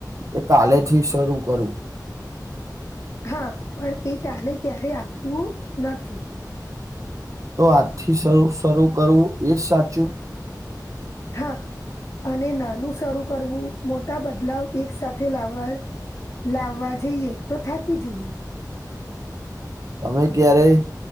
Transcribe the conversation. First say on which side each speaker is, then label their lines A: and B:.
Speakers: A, on the right; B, on the left.
A: કે કાલે થી શરૂ કરું.
B: હા પણ એ કાલે ક્યારે આવતું નથી.
A: તો આજથી શ શરૂ કરવું એજ સાચું
B: હા અને નાનું શરૂ કરવું મોટા બદલાવ એક સાથે લાવવા લાવવા જઈએ તો થાકી જઈએ.
A: તમે ક્યારેય